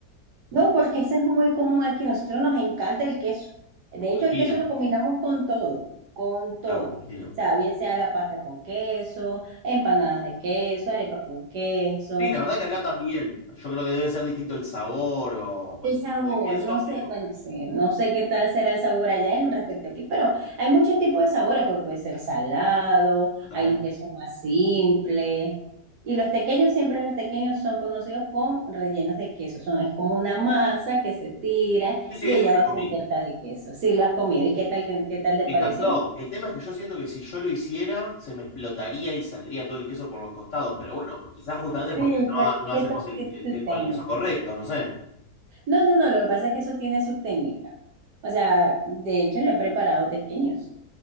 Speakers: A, on the right; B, on the left.
A: No, porque ese es muy común aquí. Nosotros nos encanta el queso. De
B: me imagino.
A: hecho, el queso lo combinamos con todo, con todo.
B: Claro, me imagino.
A: O sea, bien sea la pasta con queso, empanadas de queso, arepa con queso,
B: Sí, la verdad que acá también. Yo creo que debe ser distinto el sabor o, o
A: el
B: el
A: sabor,
B: tipo de queso,
A: no sé,
B: pero
A: bueno, sí, no sé qué tal será el sabor allá en respecto aquí, pero hay muchos tipos de sabores, porque puede ser salado,
B: totalmente.
A: hay unos que son más simples. Y los tequeños siempre los tequeños son conocidos con rellenos de queso. Son, es como una masa que se tira
B: Sí, sí,
A: y
B: eso
A: ella
B: sí
A: va
B: comí.
A: cubierta de queso. Sí, lo has comido. ¿Y qué tal, qué, qué tal te
B: Me
A: pareció?
B: encantó. El tema es que yo siento que si yo lo hiciera, se me explotaría y saldría todo el queso por los costados. Pero bueno, quizás justamente
A: Sí,
B: porque no,
A: porque
B: ha-
A: es
B: no hacemos
A: que todo
B: el,
A: tiene
B: el que-
A: su técnica.
B: con el queso correcto, no sé.
A: No, no, no, lo que pasa es que eso tiene su técnica. O sea, de hecho, yo he preparado tequeños